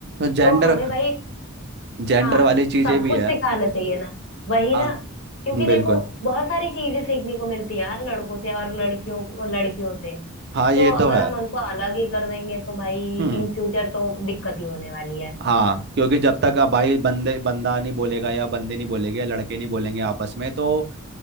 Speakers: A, on the right (about 50°); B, on the left (about 60°).
A: जेंडर
B: तो हमें भाई
A: जेंडर
B: हाँ
A: वाली चीजें
B: सब
A: भी
B: कुछ
A: है
B: सिखाना चाहिए ना वही
A: हाँ
B: ना क्योंकि
A: बिल्कुल
B: देखो बहुत सारी चीजें सीखने को मिलती है यार लड़कों से और लड़कियों को लड़कियों से
A: हाँ ये
B: तो अगर
A: तो है
B: हम उनको अलग ही कर देंगे तो भाई
A: हम्म
B: इन फ्यूचर तो दिक्कत ही होने वाली है
A: हाँ क्योंकि जब तक अब भाई बंदे बंदा नहीं बोलेगा या बंदे नहीं बोलेंगे लड़के नहीं बोलेंगे आपस में तो